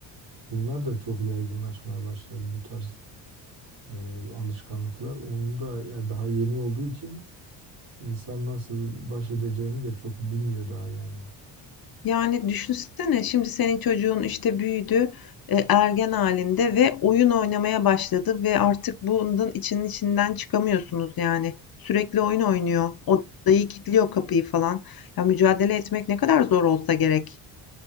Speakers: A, on the right (about 55°); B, on the left (about 45°).
A: Bunlar da çok yaygınlaşmaya başlar bu tarz e, alışkanlıklar. Onu da ya daha yeni olduğu için insan nasıl baş edeceğini de çok bilmiyor daha yani.
B: Yani düşünsene şimdi senin çocuğun, işte, büyüdü, eee, ergen halinde ve oyun oynamaya başladı ve artık bunun içinin içinden çıkamıyorsunuz yani. Sürekli oyun oynuyor, odayı kilitliyor, kapıyı falan. Ya, mücadele etmek ne kadar zor olsa gerek.